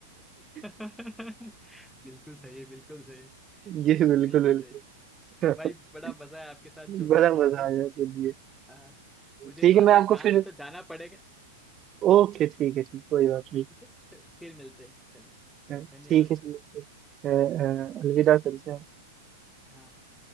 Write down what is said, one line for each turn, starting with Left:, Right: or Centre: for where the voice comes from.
Centre: <laughs> बिल्कुल
Right: <laughs>
Centre: सही है बिल्कुल सही
Right: ये बिल्कुल
Centre: बिल्कुल
Right: बिल्कुल
Centre: सही भाई
Right: <laughs>
Centre: बड़ा मजा है आपके साथ जोक
Right: बड़ा
Centre: सुन
Right: मजा
Centre: के
Right: आया चलिए
Centre: आ, मुझे
Right: ठीक
Centre: थोड़ा
Right: है मैं
Centre: सा
Right: आपको
Centre: एक काम
Right: फिर
Centre: है तो जाना पड़ेगा
Right: ओके ठीक है ठीक कोई बात नहीं
Centre: ठीक है? तो फिर मिलते हैं चलो
Right: अ,
Centre: धन्यवाद
Right: ठीक है चलिए अ, अ, अलविदा चलते हैं
Centre: हाँ